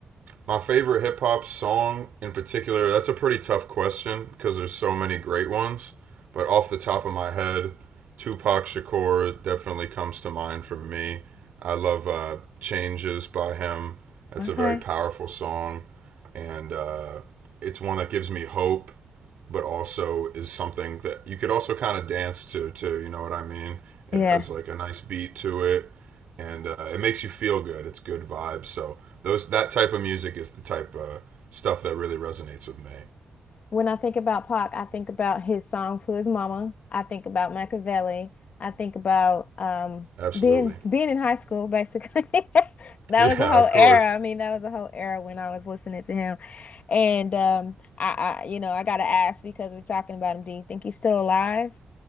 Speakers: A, on the right (about 75°); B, on the left (about 65°).
A: My favorite hip hop song in particular, that's a pretty tough question because there's so many great ones. But off the top of my head, Tupac Shakur definitely comes to mind for me. I love uh, Changes by him. That's
B: Okay.
A: a very powerful song. And uh, it's one that gives me hope, but also is something that you could also kind of dance to, too. You know what I mean?
B: Yeah.
A: It has like a nice beat to it and uh, it makes you feel good. It's good vibes. So Those that type of music is the type of stuff that really resonates with me.
B: When I think about Pac, I think about his song to his mama. I think about Machiavelli. I think about um
A: Absolutely.
B: being being in high school, basically. <laughs> That
A: Yeah,
B: was a whole
A: of
B: era.
A: course.
B: I mean, that was a whole era when I was listening to him. And um I, I you know, I gotta ask because we're talking about him. Do you think he's still alive?